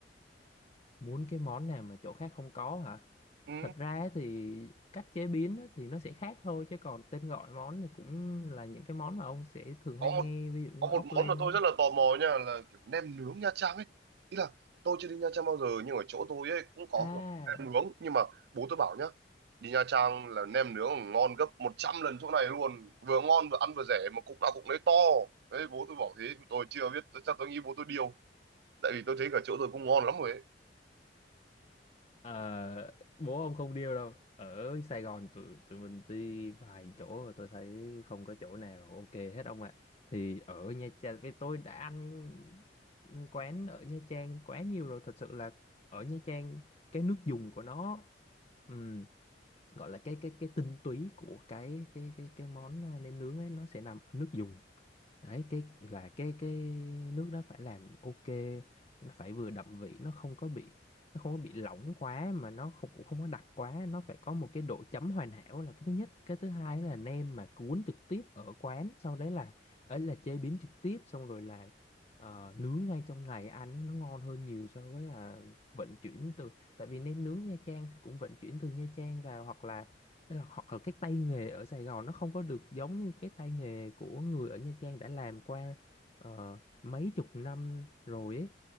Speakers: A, on the left (about 35°); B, on the right (about 60°).
A: muốn cái món nào mà chỗ khác không có hả?
B: Ừ.
A: Thật ra ấy thì cách chế biến ấy thì nó sẽ khác thôi chứ còn tên gọi món thì cũng là những cái món mà ông sẽ thường
B: có
A: hay nghe
B: một
A: ví dụ
B: có
A: như
B: một
A: ốc len
B: món mà tôi rất là tò mò nha là kiểu nem nướng Nha Trang ấy ý là tôi chưa đi Nha Trang bao giờ nhưng ở chỗ tôi ấy cũng có
A: à
B: kiểu nem nướng nhưng mà bố tôi bảo nhá đi Nha Trang là nem nướng ngon gấp 100 lần chỗ này luôn vừa ngon vừa ăn vừa rẻ mà cục nào cục nấy to đấy bố tôi bảo thế tôi chưa biết chắc tôi nghĩ bố tôi điêu tại vì tôi thấy cả chỗ tôi cũng ngon lắm rồi ấy
A: ờ, bố ông không điêu đâu ở Sài Gòn tụi tụi mình đi vài chỗ rồi tôi thấy không có chỗ nào ok hết ông ạ thì ở Nha Trang với tôi đã ăn quán ở Nha Trang quá nhiều rồi thật sự là ở Nha Trang cái nước dùng của nó ừ, gọi là cái cái cái tinh túy của cái cái cái cái món à, nem nướng ấy nó sẽ nằm ở nước dùng đấy cái là cái cái nước đó phải làm ok nó phải vừa đậm vị nó không có bị nó không có bị lỏng quá mà nó không cũng không có đặc quá nó phải có một cái độ chấm hoàn hảo là cái thứ nhất cái thứ hai là nem mà cuốn trực tiếp ở quán sau đấy là ấy là chế biến trực tiếp xong rồi là ờ, nướng ngay trong ngày ăn nó, nó ngon hơn nhiều so với là vận chuyển từ tại vì nem nướng Nha Trang thì cũng vận chuyển từ Nha Trang vào hoặc là Tức là hoặc là cái tay nghề ở Sài Gòn nó không có được giống như cái tay nghề của người ở Nha Trang đã làm qua ờ, mấy chục năm rồi ấy.